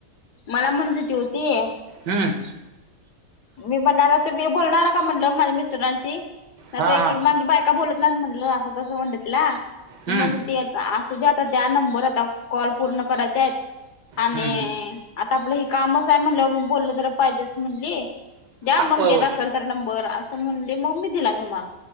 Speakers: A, on the left (about 70°); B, on the right (about 80°).
A: मला म्हणत होती हो ती.
B: हम्म
A: मी म्हणल आता तुम्ही बोलणार का म्हणल माझ्या मिस्टरांशी. नाही
B: हा
A: तर एक
B: हा
A: माझी का बोलत नाहीत म्हणल, अस तस म्हटल तिला.
B: हम्म,
A: मग ती आत आस असू द्या आता त्या नंबर आता कॉल पूर्ण करायचेत. आणि
B: हम्म, हम्म.
A: आता आपलं हे कामचं आहे म्हणल्या वर मग बोललं तर पाहिजेचं म्हणली. द्या मग
B: होय
A: देत
B: होय
A: असाल तर नंबर असं म्हणले मग मी दिला तुम्हाला.